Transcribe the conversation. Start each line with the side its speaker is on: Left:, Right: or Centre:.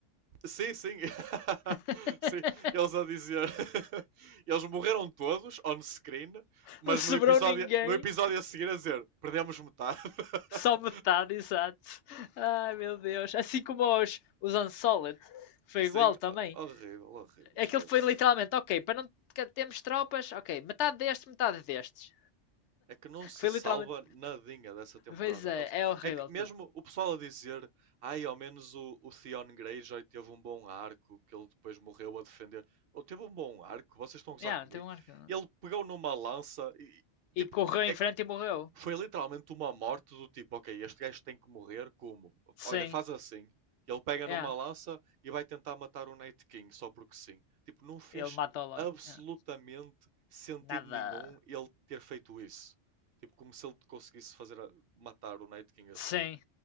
Right: Sim, sim. <laughs>
Left: <laughs>
Right: sim, eles a dizer. <laughs> eles morreram todos on screen, mas
Left: Não sobrou
Right: no episódio,
Left: ninguém.
Right: no episódio a seguir a dizer perdemos metade. <laughs>
Left: Só metade, exato. Ai meu Deus. Assim como os, os Unsolid. Foi
Right: sim,
Left: igual também.
Right: horrível, horrível,
Left: Aquilo
Right: esquece.
Left: foi literalmente, ok, para não termos tropas, ok, metade destes, metade destes.
Right: É que não se
Left: Foi
Right: salva
Left: literalmente.
Right: nadinha dessa temporada.
Left: Pois é, é horrível
Right: É que mesmo
Left: tudo.
Right: o pessoal a dizer, ai, ao menos o, o Theon Greyjoy teve um bom arco, que ele depois morreu a defender. Ele teve um bom arco, vocês estão a gozar
Left: Yeah,
Right: comigo.
Left: não teve um arco.
Right: Ele pegou numa lança e,
Left: E
Right: tipo,
Left: correu
Right: é
Left: em
Right: que
Left: frente e morreu.
Right: foi literalmente uma morte do tipo, ok, este gajo tem que morrer, como?
Left: Sim,
Right: Olha, faz assim. Ele pega
Left: yeah.
Right: numa lança e vai tentar matar o Night King só porque sim. Tipo, não fez
Left: Ele matou logo.
Right: absolutamente
Left: Yeah.
Right: sentido
Left: Nada.
Right: nenhum ele ter feito isso. Tipo, como se ele conseguisse fazer a- matar o Night King assim.
Left: Sim,